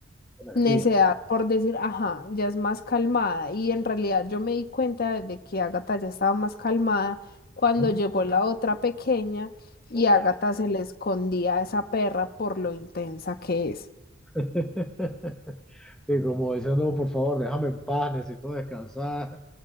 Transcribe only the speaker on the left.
necedad por decir, ajá, ya es más calmada. Y en realidad yo me di cuenta de que Agatha ya estaba más calmada cuando
llegó la otra pequeña y
Agatha se le escondía a esa perra por lo intensa que es.